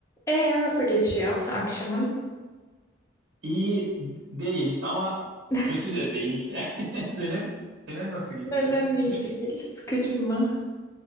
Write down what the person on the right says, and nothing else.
İyi değil ama
kötü de değil. <laughs> Senin senin nasıl geçiyor?
Düz